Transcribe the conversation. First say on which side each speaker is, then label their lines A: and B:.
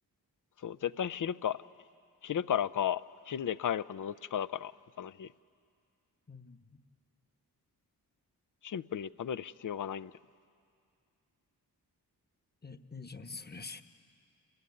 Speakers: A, on the left; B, on the left.
A: そう、絶対昼か、昼からか、昼で帰るかのどっちかだから、他の日。
B: うん。
A: シンプルに食べる必要がないんだよね。
B: え、いいじゃん、それ。